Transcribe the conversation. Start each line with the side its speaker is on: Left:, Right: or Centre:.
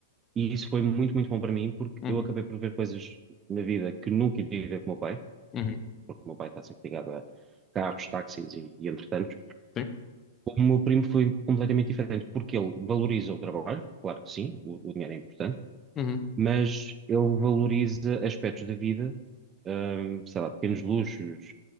Right: E isso foi muito, muito bom para mim, porque
Left: uhum,
Right: eu acabei por ver coisas na vida que nunca iria ver com o meu pai
Left: uhum,
Right: porque o meu pai está sempre ligado a carros, táxis e, e entretantos.
Left: sim.
Right: O meu primo foi completamente diferente, porque ele valoriza o trabalho, claro que sim, o, o dinheiro é importante,
Left: Uhum,
Right: mas ele valoriza aspectos da vida, hum, sei lá, pequenos luxos,